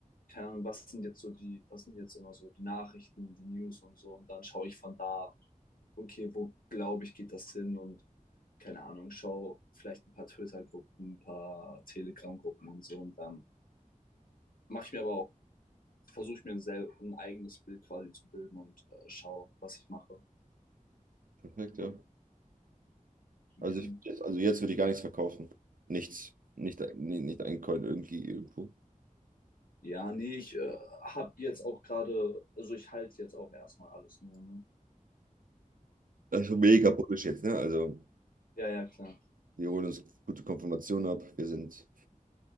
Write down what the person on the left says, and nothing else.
keine Ahnung, was sind jetzt so die, was sind jetzt immer so die Nachrichten, die News und so. Und dann schaue ich von da okay, wo glaube ich, geht das hin? Und keine Ahnung, schau vielleicht ein paar Twitter-Gruppen, ein paar Telegram-Gruppen und so. Und dann mache ich mir aber auch, versuche ich mir ein, sel- ein eigenes Bild quasi zu bilden und äh, schaue, was ich mache.
Und ja.
Ja, nee, ich äh, habe jetzt auch gerade, also ich halte jetzt auch erstmal alles nur, ne?
Ja, ja, klar.